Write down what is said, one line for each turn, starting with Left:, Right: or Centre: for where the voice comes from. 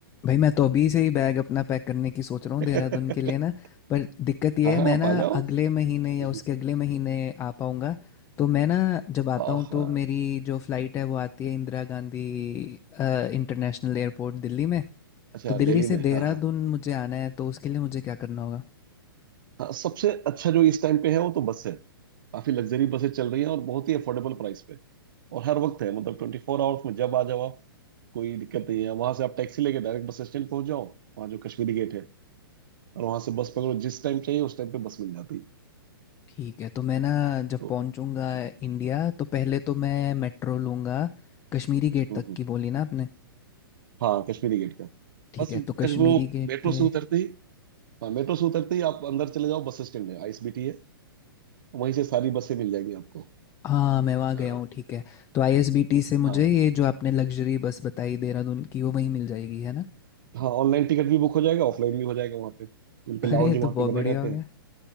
Left: भाई मैं तो अभी से ही बैग अपना पैक करने की सोच रहा हूँ
Right: <laughs>
Left: देहरादून के लिए ना पर दिक्कत यह
Right: हाँ
Left: है
Right: हाँ
Left: मैं
Right: आप
Left: ना
Right: आ जाओ
Left: अगले महीने
Right: हम्म।
Left: या उसके अगले महीने आ पाऊँगा तो मैं ना जब आता
Right: आह,
Left: हूँ तो मेरी जो फ़्लाइट है वो आती है इंदिरा गांधी अ, इंटरनेशनल एयरपोर्ट दिल्ली में
Right: अच्छा
Left: तो दिल्ली
Right: दिल्ली में
Left: से देहरादून
Right: हाँ हाँ
Left: मुझे आना है तो उसके लिए मुझे क्या करना होगा
Right: हाँ सबसे अच्छा जो इस टाइम पे है वो तो बस है काफी लग्जरी बसें चल रही हैं और बहुत ही अफोर्डेबल प्राइस पे और हर वक्त है मतलब ट्वेंटी फोर आवर्स में जब आ जाओ आप कोई दिक्कत नहीं है वहां से आप टैक्सी लेके डायरेक्ट बस स्टैंड पहुंच जाओ वहाँ जो कश्मीरी गेट है और वहां से बस पकड़ो जिस टाइम चाहिए उस टाइम पे बस मिल जाती है
Left: ठीक है तो मैं ना जब
Right: तो
Left: पहुँचूँगा
Right: हम्म,
Left: इंडिया तो पहले तो मैं मेट्रो लूँगा कश्मीरी गेट
Right: हम्म,
Left: तक की बोली ना आपने
Right: हाँ कश्मीरी गेट का
Left: ठीक
Right: बस
Left: है तो कश्मीरी
Right: कश वो
Left: गेट
Right: मेट्रो
Left: पे
Right: से उतरते ही हाँ मेट्रो से उतरते ही आप अंदर चले जाओ बस स्टैंड है आईएसबीटी है वहीं से सारी बसें मिल जाएंगी आपको
Left: हाँ मैं वहाँ
Right: अ,
Left: गया हूँ ठीक है तो आईएसबीटी से मुझे
Right: हाँ
Left: ये जो आपने लग्जरी बस बताई देहरादून की वो वहीं मिल जाएगी है ना
Right: हाँ ऑनलाइन टिकट भी बुक हो जाएगा ऑफलाइन भी हो जाएगा वहाँ पे उनके
Left: <laughs>
Right: लाउंज
Left: अरे ये तो
Right: वहाँ
Left: बहुत
Right: पे
Left: बढ़िया
Right: बने रहते
Left: हो
Right: हैं
Left: गया